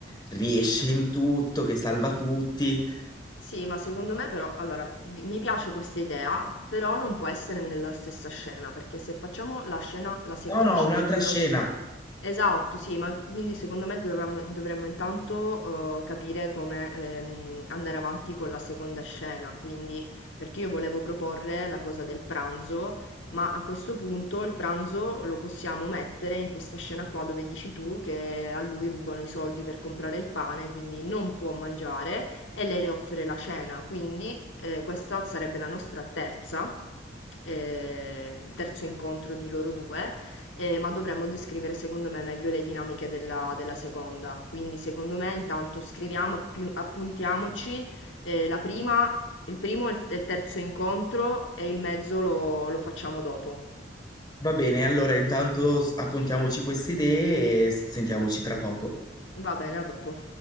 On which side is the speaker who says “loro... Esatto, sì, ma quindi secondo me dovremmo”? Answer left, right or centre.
Left